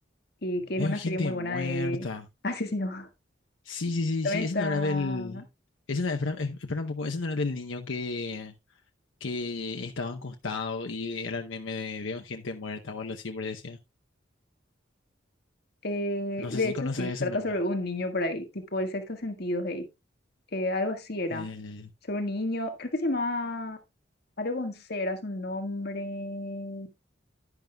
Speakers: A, on the left; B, on the left.
A: y que
B: Veo
A: es una
B: gente
A: serie muy buena
B: muerta.
A: de... de- <laughs> Así se llama.
B: Sí, sí, sí,
A: También
B: sí. Ese
A: está...
B: no era del... Ese no, espera, espera un poco. Ese no era del niño que... que estaban acostados y era el meme de veo gente muerta o algo así, por decía.
A: eh,
B: No
A: de
B: sé si
A: hecho,
B: conoces
A: sí,
B: ese
A: trata
B: meme.
A: sobre un niño por ahí, tipo El Sexto Sentido, hey. Eh, algo así era.
B: Eh,
A: Sobre un niño, creo que se llamaba algo con C, era su nombre.